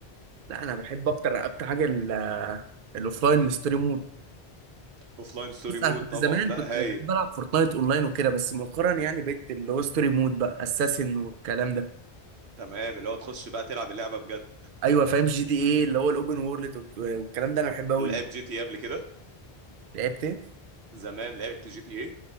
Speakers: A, on the right (about 60°); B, on the right (about 85°).
A: لا انا بحب اكتر اكتر حاجه ال- الاوفلاين الستوري مود
B: اوفلاين ستوري
A: بص انا
B: مود
A: كنت زمان
B: طبعا لا
A: كنت
B: هايل
A: بحب العب فورتنايت اونلاين وكده بس مؤخرا يعني بقيت اللي هو ستوري مود بقى اساسن والكلام ده
B: تمام اللي هو تخش بقى تلعب اللعبه بجد
A: ايوه فاهم جي تي ايه اللي هو الاوبن وورلد والكلام ده انا بحبه قوي
B: لعب جي تي اي قبل كده
A: لعبت إيه؟
B: زمان لعبت جي تي اي